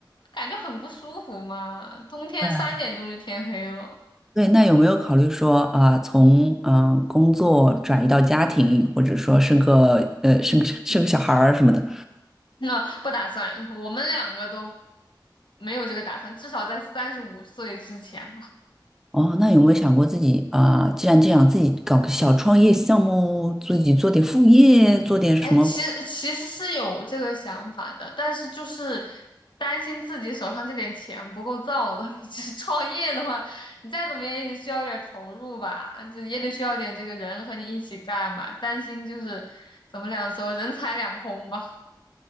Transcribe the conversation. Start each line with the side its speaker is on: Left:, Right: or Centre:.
Left: 感觉很不舒服嘛。冬天三点钟就天黑了。
Centre: 对对，那有没有考虑说啊、呃从嗯、呃工作转移到家庭，或者说生个呃生个生个小孩儿什么的？
Left: <laughs> 那不打算，我们两个都没有这个打算，至少在三十五岁之前吧。<laughs>
Centre: 哦，那有没有想过自己啊、呃既然这样，自己搞个小创业项目，自己做点副业，做点什么？
Left: 哎，其实其实是有这个想法的，但是就是担心自己手上这点钱不够造的。<laughs> 你这创业的话，你再怎么样也得需要一点儿投入吧，就也得需要点这个人和你一起干嘛。担心就是怎么两说，人财两空吧。